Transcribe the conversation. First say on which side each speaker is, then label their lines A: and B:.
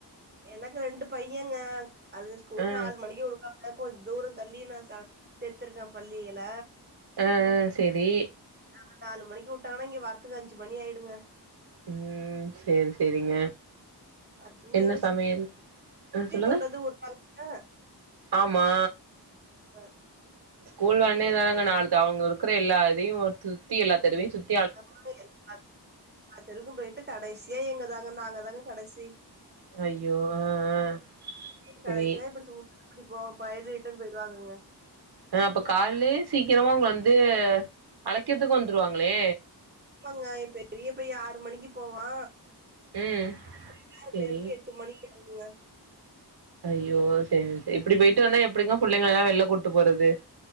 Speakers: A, on the right; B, on the right.
A: எனக்கு ரெண்டு பையங்க அதுங்க ஸ்கூல்
B: ஆ
A: நாலு மணிக்கு விடு வாங்கா கொஞ்ச தூர தள்ளி நா ச சேத்திருக்கே பள்ளியில
B: ஆ ஆ சேரி
A: அங்க நாலு மணிக்கு வுட்டாங்கனா இங்க வரத்துக்கு அஞ்சு மணி ஆயிடுங்க
B: ம் சேரி சேரிங்க
A: அதுவு
B: என்ன
A: எங்க
B: சமையல்
A: சுத்திக்
B: ஆ சொல்லுங்க
A: கொண்டாந்து வுட்றாங்க
B: ஆமா
A: அ
B: கூல் ஒட்னே தானங்க நாலு த அவ்ங்க இருக்கிற எல்லா இதையு ஒரு சுத்தி எல்லா தெருவையு சுத்
A: <inaudible> எல்லா தெருவுக்கு போயிட்டு கடைசியா எங்கதாங்க நாங்க தாங்க கடைசி
B: ஐயோ ஆ ஆ சரி
A: கடைசியா இப்டி சுத் த்திப்போ பயந்து ரிட்டர்ன் போயிடுவாங்கங்க
B: ஆ அப்ப கால்லே சீக்கிரமா அவுங்க வந்து அழைக்கிறத்துக்கு வந்துருவாங்ளே
A: ஆமாங்க எ பெரிய பைய ஆறு மணிக்கு போவா
B: ம்
A: ரெண்டாவ்து
B: செரி
A: பையனுக்கு எட் ட்டு மணியாகுங்க
B: ஐயோ சேரி சே இப்டி போயிட்டு வந்தா எப்டிங்க புள்ளைங்களலா வெளில கூட்டு போறது